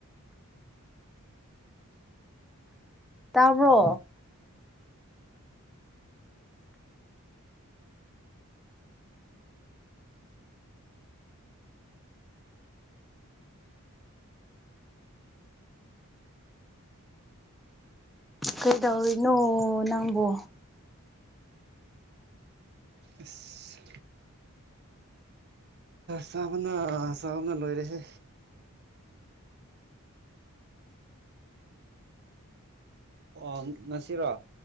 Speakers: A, in the centre; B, on the right.
A: ꯇꯥꯕ꯭ꯔꯣ ꯀꯩꯗꯧꯔꯤꯅꯣ ꯅꯪꯕꯣ
B: ꯑꯁ ꯆꯥꯕꯅ ꯆꯥꯕꯅ ꯂꯣꯏꯔꯦꯁꯦ ꯑꯣ ꯉꯁꯤꯔꯣ